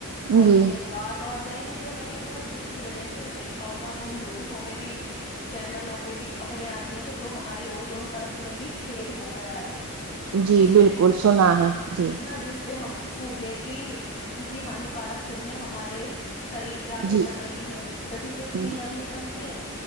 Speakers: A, on the left (about 50°); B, on the right (about 75°).
A: اور
B: جی
A: انہیں کاٹ توڑ رہے ہیں جو لگے ہوئے ہیں جس کی وجہ سے دیکھ دھا ہوگا اپ نے نیوزوں میں بھی چینلوں پہ بھی خبریں آتی کہ جو ہماری اور جوون پر میں بھی چھید ہو گیا ہے
B: جی
A: جس
B: بالکل
A: سے
B: سنا ہے جی
A: ہے نا جس سے ہم سوریہ کی سیدھی ہان کارک کرنےیں ہمارے شریر پہ آ کے
B: جی
A: پڑ رہی ہیں جبھی تو اتنی
B: جی
A: گرمی پڑتی ہے